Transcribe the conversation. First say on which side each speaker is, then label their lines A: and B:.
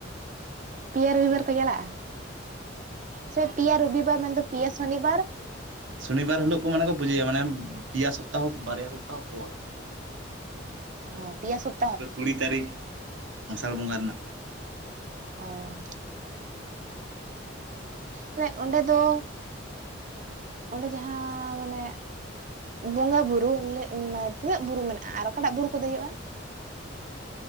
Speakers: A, on the right; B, on the right.
A: ᱯᱤᱭᱟ ᱨᱩᱵᱤᱵᱟᱨ ᱠᱚ ᱪᱟᱞᱟᱜᱼᱟ᱾ ᱥᱮ ᱯᱤᱭᱟ ᱨᱩᱵᱤ ᱵᱟᱨ ᱢᱮᱱᱫᱚ ᱯᱤᱭᱟ ᱥᱚᱱᱤᱵᱟᱨ
B: ᱥᱩᱱᱤᱵᱟᱨ ᱦᱤᱞᱳᱜ ᱠᱚ ᱢᱟᱱᱮ ᱠᱚ ᱯᱩᱡᱳᱭᱟ ᱢᱟᱱᱮ ᱯᱤᱭᱟ ᱥᱚᱯᱛᱟᱦᱚ ᱵᱟᱨᱭᱟ ᱥᱚᱯᱛᱟᱦᱚ ᱯᱚᱨ
A: <inaudible> ᱚ ᱯᱤᱭᱟ ᱥᱚᱯ
B: <unintelligible> ᱠᱩᱲᱤ ᱛᱟᱹᱨᱤᱠᱷ ᱟᱥᱟᱲ ᱵᱚᱸᱜᱟ ᱨᱮᱱᱟᱜ
A: ᱚ ᱥᱮ ᱚᱸᱰᱮ ᱫᱚ <unintelligible> ᱚᱸᱰᱮ ᱡᱟᱦᱟᱸ ᱢᱟᱱᱮ ᱵᱚᱸᱜᱟ ᱵᱩᱨᱩ ᱞᱮᱜ ᱢᱮ ᱛᱤᱱᱟᱹᱜ ᱵᱩᱨᱩ ᱢᱮᱱᱟᱜᱼᱟ ᱟᱨ ᱚᱠᱟᱴᱟᱜ ᱵᱩᱨᱩ ᱠᱚ ᱫᱮᱡᱚᱜᱼᱟ?